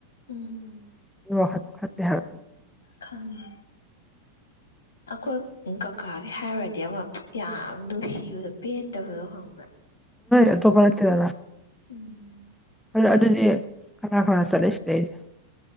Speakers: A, on the left; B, in the centre.
A: ꯎꯝ
B: ꯍ ꯈꯗ ꯍꯥ
A: ꯈꯪꯉꯤ ꯑꯩꯈꯣꯏ ꯀꯀꯥꯒꯤ ꯍꯥꯏꯔꯨꯔꯗꯤ ꯑꯃꯨꯛ ꯌꯥꯝ ꯅꯨꯡꯁꯤꯕꯗꯣ ꯄꯦꯟꯗꯕꯗꯣ ꯍꯪꯕ꯭ꯔꯥ
B: ꯑ ꯇꯣꯄꯅꯥꯛꯇꯔꯂ
A: ꯎꯝ
B: ꯍ ꯑꯗꯨꯗꯤ ꯀꯅꯥ ꯀꯅꯥ ꯆꯠꯂꯁꯤꯗꯩ ꯑꯩꯁꯦ